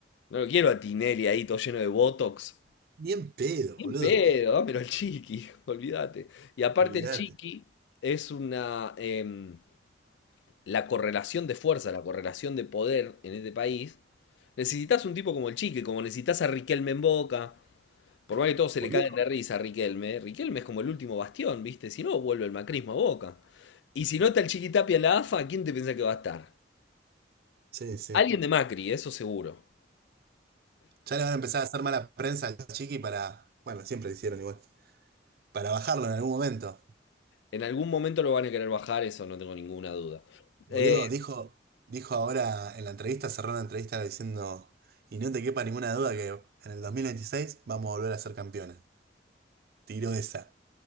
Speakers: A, on the left (about 70°); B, on the right (about 55°).
A: No lo quiero a Tinelli ahí, todo lleno de botox.
B: Bien pedo,
A: Bien
B: boludo,
A: pedo, dámelo al Chiqui, <laughs> olvídate. Y aparte
B: olvídate,
A: el Chiqui es una... em, la correlación de fuerza, la correlación de poder en este país. Necesitas un tipo como el Chiqui, como necesitas a Riquelme en Boca, Por más que todos se
B: boludo.
A: le caen de risa a Riquelme, Riquelme es como el último bastión, ¿viste? Si no, vuelve el macrismo a Boca. Y si no está el Chiquitapia en la AFA, ¿quién te piensa que va a estar?
B: Sí, sí.
A: Alguien de Macri, eso seguro.
B: Ya le van a empezar a hacer mala prensa al Chiqui para. Bueno, siempre lo hicieron igual. Para bajarlo en algún momento.
A: En algún momento lo van a querer bajar, eso no tengo ninguna duda.
B: Boludo,
A: Eh,
B: dijo, dijo ahora en la entrevista, cerró la entrevista diciendo. Y no te quepa ninguna duda que en el 2026 vamos a volver a ser campeones. Tiró esa.